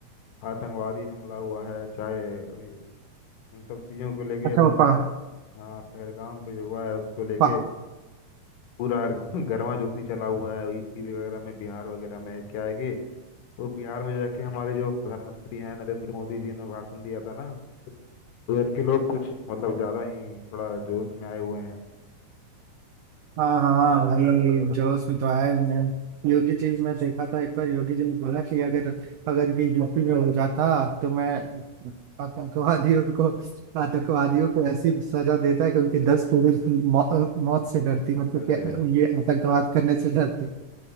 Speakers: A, on the left; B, on the right.
A: आतंकवादी हमला हुआ है चाहे अभी इन सब चीजों को लेके
B: अच्छा
A: एकदम
B: वो पा,
A: हाँ पहलगाम पे जो हुआ है उसको लेके
B: पा,
A: पूरा <laughs> गर्मा जोशी चला हुआ है यूपी वगैरह में बिहार वगैरह में क्या है कि वो बिहार में जाके हमारे जो प्रधानमंत्री हैं नरेंद्र मोदी जी ने भाषण दिया था ना उधर के लोग कुछ मतलब ज्यादा ही थोड़ा जोश में आए हुए हैं
B: हाँ हाँ भाई जोश में तो आया मैं योगी जी में देखा था एक बार योगी जी ने बोला कि अगर अगर ये यूपी में हो जाता तो मैं आतंकवादियों को आतंकवादियों को ऐसी सजा देता है कि उनकी दस पीढ़ी मौ, मौत से डरती मतलब
A: <laughs> अरे
B: कि ये आतंकवाद करने से डरती